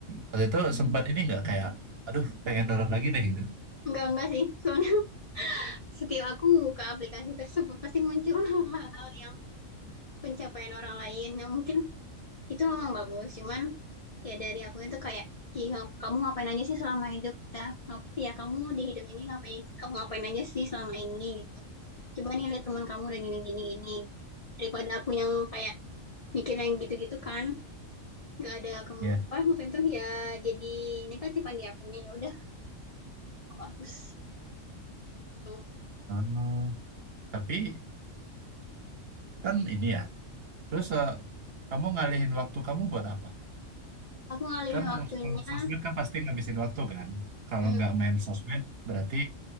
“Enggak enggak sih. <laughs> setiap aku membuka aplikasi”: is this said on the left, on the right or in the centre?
Left